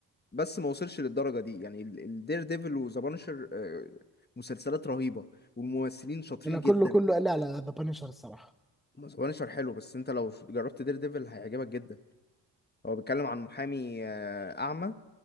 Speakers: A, on the left; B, in the centre.
A: بس ما وصلش للدرجه دي يعني الدير ديفل وذا بانشر مسلسلات رهيبه والممثلين شاطرين
B: انا
A: جدا
B: كله كله قال لي على ذا بانيشر الصراحه
A: ذا بانشر حلو بس انت لو جربت دير ديفل هيعجبك جدا هو بيتكلم عن محامي آه، اعمى